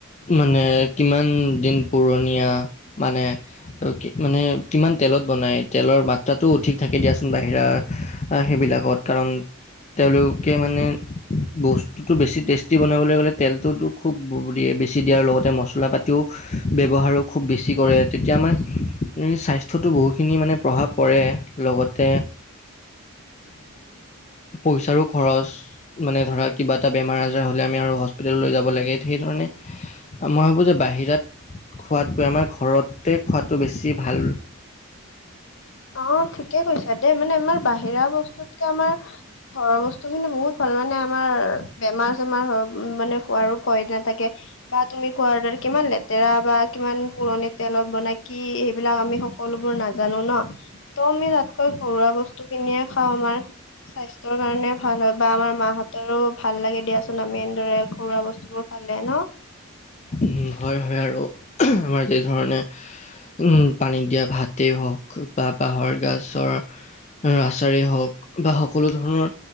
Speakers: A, on the left; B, on the left.
A: মানে, কিমান দিন পুৰণীয়া, মানে মানে কিমান তেলত বনায়, তেলৰ মাত্ৰাটো অধিক থাকে দিয়াচোন, বাহিৰা সেইবিলাকত। কাৰণ তেওঁলোকে মানে বস্তু তো, বেছি টেষ্টি বনাবলৈ গ'লে তেলটোতো খুব দিয়ে, বেছি দিয়াৰ লগতে মছলা পাতিও ব্যৱহাৰো খুব বেছি কৰে, তেতিয়া আমাৰ স্বাস্থ্যতো বহুখিনি মানে প্ৰভাৱ পৰে। লগতে পইচাৰো খৰচ। মানে ধৰা কিবা এটা বেমাৰ আজাৰ হ'লে আমি আৰু হস্পিতাল লৈ যাব লাগে, সেই ধৰণে মই ভাবোঁ যে, বাহিৰত খোৱাটোৱে আমাৰ ঘৰতে খোৱাটো বেছি ভাল।
B: অ', ঠিকে কৈছা দেই, মানে আমাৰ বাহিৰা বস্তুতকে আমাৰ ঘৰৰ বস্তু খিনি বহুত ভাল, মানে আমাৰ বেমাৰ-চেমাৰ মানে হোৱাৰো ভয় নাথাকে। বা তুমি কোৱাৰ কিমান লেতেৰা বা কিমান পুৰণি তেলত বনাই কি বিলাক আমি সকলোবোৰ নাজানো ন, ত' আমি তাতকৈ ঘৰুৱা বস্তু খিনিয়ে খাওঁ, আমাৰ স্বাস্থ্যৰ কাৰণে ভাল হয়, বা আমাৰ মাহঁতৰো ভাল লাগে দিয়াচোন, আমি এনেদৰে ঘৰুৱা বস্তুবোৰ খালে ন'।
A: উম, হয়, হয়, আৰু আমাৰ যি ধৰণে উম, পানী দিয়া ভাতেই হওঁক, বা বাঁহৰ গাছৰ আচাৰে হওঁক বা, সকলো ধৰণৰ